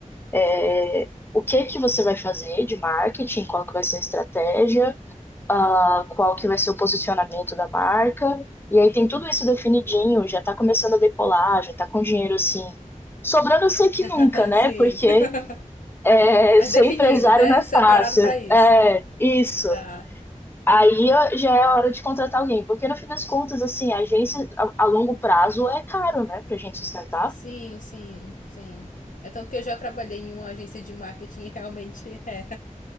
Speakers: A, on the left (about 15°); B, on the left (about 80°).
A: é, o que que você vai fazer de marketing, qual que vai ser a estratégia ah, qual que vai ser o posicionamento da marca. E aí tem tudo isso definidinho, já tá começando a decolar, já tá com dinheiro assim. Sobrando eu sei que nunca,
B: Ah,
A: né?
B: sim.
A: Porque
B: <laughs>
A: é,
B: Mas
A: ser
B: definido,
A: empresário
B: né?
A: não é fácil.
B: Separado para isso.
A: É, isso.
B: Tá.
A: Aí ó, já é a hora de contratar alguém, porque no fim das contas, assim, a agência a, a longo prazo é caro, né, pra gente sustentar.
B: Sim, sim, sim. É tanto que eu já trabalhei em uma agência de marketing e realmente é,